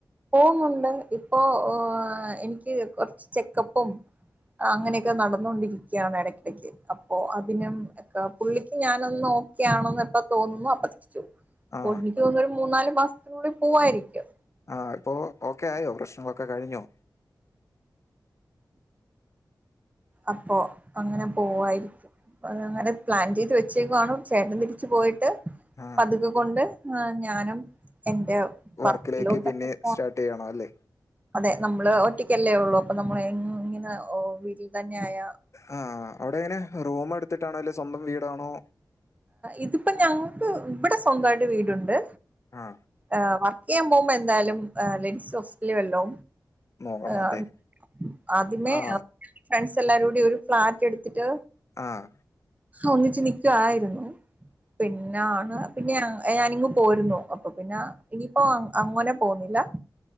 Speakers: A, on the right; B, on the left.
A: പോുന്നുുന്നുണ്ട് ഇപ്പോൊ എനിക്ക് കൊറച്ച് ചെക്കപ്പും അങ്ങനെയൊക്കെ നടന്നോണ്ടിരിക്ക ഇടയ്ക്കിടക്ക് അപ്പൊ അതിനുംക്ക പുള്ളിക്ക് ഞാനൊന്ന് ഒക്കെയാണോന്ന് എപ്പോ തോന്നുന്നു അപ്പോ തിരിച്ചുപോവും
B: ആ
A: പൊണി <unintelligible> ക്ക് പോന്ന ഒരു മൂന്ന നാല് ബസൂടി പോവായിരിക്കും
B: ആഹ ഇപ്പോൊ ഓക്കെ ആയോ പ്രശ്നങ്ങളൊക്കെ കഴിഞ്ഞോ
A: അപ്പൊ അങ്ങനെ പോവായിരിക്കും അത് അങ്ങനെ പ്ലാൻ ചെയ്ത് വെച്ചേക്കുവാണ് ചേട്ടൻ തിരിച്ചു പോയിട്ട്
B: ആ
A: പതുക്ക കൊണ്ട് ഞാനും എന്റെ
B: വർക്കിലേക്ക്
A: വർക്കിലോട്ടൊക്കെ
B: പിന്നെ
A: പോണം
B: സ്റ്റാർട്ട് ചെയ്യണ അല്ലേ
A: അതെ നമ്മള് ഒറ്റക്കല്ലേ ഉള്ളു അപ്പൊ നമ്മൾ ഇങ്ങനെ വീട്ടിൽ തന്നെ ആയ
B: ആഹ അവിടെ എങ്ങനെ റൂം എടുത്തിട്ടാണോ അല്ല സ്വന്തം വീടാണോ
A: ഇതിപ്പോ ഞങ്ങൾക്ക് ഇവിടെ സ്വന്തായിട്ട് വീടുണ്ട്
B: ആഹ
A: ് വർക്ക് ചെയ്യാൻ പോകുമ്പോ എന്തായാലും ലേഡീസ് ഹോസ്റ്റല വല്ലോ
B: നോക്കണം
A: ആഹ
B: അല്ലേ?
A: ആദ്യമേ
B: ആ
A: ഫ്രണ്ട്സ് എല്ലാരും കൂടി ഒരു ഫ്ലാറ്റ് എടുത്തിട്ട്
B: ആഹ
A: ഒന്നിച്ച് നിക്കുവായിരുന്നു പിന്നാണ് പിന്നെ ഞാനിങ്ങങ് പോരുന്നു അപ്പൊ പിന്നെ ഇനിയിപ്പോ അങ്ങനെ പോന്നില്ല